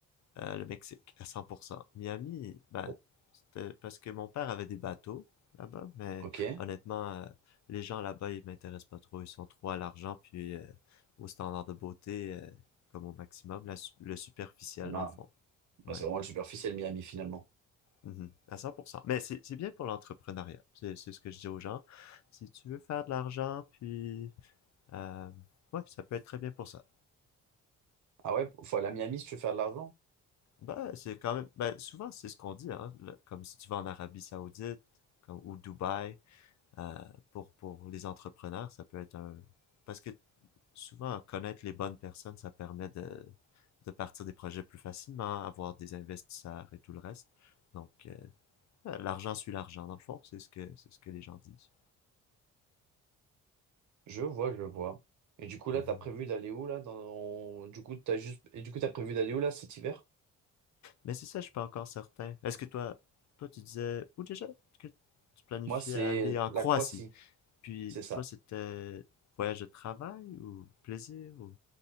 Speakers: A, on the left (about 65°); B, on the right (about 70°).
A: Euh, le Mexique, à 100%. Miami, bah,
B: Bon.
A: c'était parce que mon père avait des bateaux là-bas, mais
B: Ok.
A: honnêtement, euh, les gens là-bas, ils m'intéressent pas trop. Ils sont trop à l'argent, puis euh, au standard de beauté, euh, comme au maximum, la su- le superficiel
B: Ah, bah,
A: dans le fond. Ouais.
B: c'est vraiment le superficiel Miami finalement.
A: Mhm. À 100%. Mais c'est c'est bien pour l'entrepreneuriat. C'est c'est ce que je dis aux gens. Si tu veux faire de l'argent, puis... euh, ouais, ça peut être très bien pour ça.
B: Ah ouais, faut aller à Miami si tu veux faire de l'argent.
A: Ben, c'est quand même, ben, souvent c'est ce qu'on dit, hein, le- comme si tu vas en Arabie Saoudite, comme, ou Dubaï, euh, pour, pour les entrepreneurs, ça peut être un, parce que souvent connaître les bonnes personnes, ça permet de, de partir des projets plus facilement, avoir des investisseurs et tout le reste. Donc, euh, euh, l'argent suit l'argent, dans le fond, c'est ce que, c'est ce que les gens disent.
B: Je vois, je vois. Et du coup là,
A: Mhm.
B: t'as prévu d'aller où là dans... Du coup, t'as juste... Et du coup, t'as prévu d'aller où là cet hiver?
A: Mais c'est ça, je suis pas encore certain. Est-ce que toi, toi tu disais, ou déjà, que tu planifiais
B: Moi, c'est
A: aller en
B: la
A: Croatie?
B: Croatie,
A: Puis
B: c'est ça.
A: toi, c'était voyage de travail ou plaisir ou...